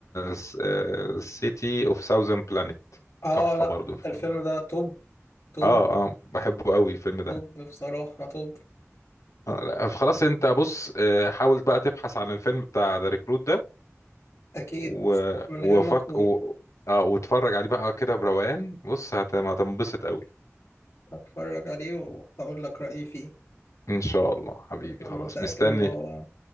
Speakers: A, on the left; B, on the left.
A: S- آه، City of Thousand Planet
B: آه
A: تحفة
B: لا
A: برضو فاهم
B: الفيلم ده توب توب
A: اه اه بحبه قوي الفيلم ده
B: توب بصراحة توب
A: آه لا، خلاص انت بص آه، حاول بقى تبحث عن الفيلم بتاع ذا ريكروت ده
B: أكيد
A: و...
B: من
A: وفك
B: غير ما تقول
A: و... اه واتفرج عليه بقى كده بروقان بص هت... هتنبسط قوي
B: هتفرج عليه وهقول لك رأيي فيه
A: ان شاء الله حبيبي
B: أنا
A: خلاص
B: متأكد
A: مستني
B: إن هو